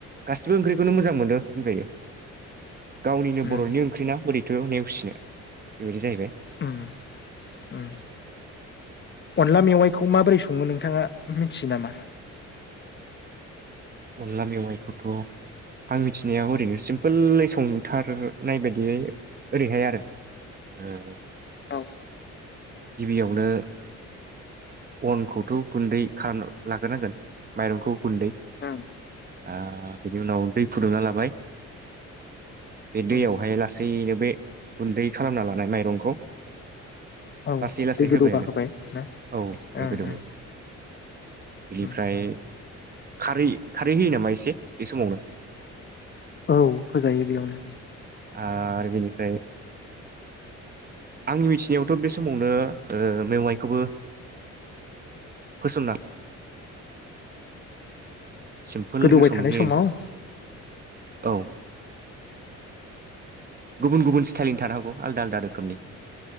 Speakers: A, on the right; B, on the left.
A: गासिबो ओंख्रिखौनो मोजां मोनो बुंजायो। गावनिनो
B: उम
A: बर'नि ओंख्रिना बोरै थ' नेवसिनो बेबायदि जाहैबाय।
B: उम उम अनला मेवाइखौ माबोरै सङो नोंथाङा मिथियो नामा
A: अनला मेवाइखौथ' आं मिथिनायाव ओरैनो सिम्पोलै संथारनाय बायदियै ओरैहाय आरो ओ
B: औ
A: गिबियावनो अनखौथ' गुन्दै खालामना लाग्रोनांगोन माइरंखौ गुन्दै
B: उम
A: ओ बिनि उनाव दै फुदुंना लाबाय बे दैयावहाय
B: उम
A: लासैनो बे गुन्दै खालामना लानाय माइरंखौ
B: औ
A: लासै लासै
B: दै गोदौबा
A: होबाय आरो
B: ना
A: औ बे
B: ओं
A: गोदौनायाव
B: ओं
A: बेनिफ्राय
B: उम
A: खारै खारै होयो नामा एसे बे समावनो?
B: औ होजायो बेयावनो।
A: आर बेनिफ्राय आंनि मिथिनायावथ' बे समावनो ओ मेवाइखौबो होसनना सिम्पोलैनो
B: गोदौबाय
A: संनाय
B: थानाय
A: जायो
B: समाव
A: आरो औ। गुबुन गुबुन स्टाइलनि थानो हागौ आलदा आलदा रोखोमनि।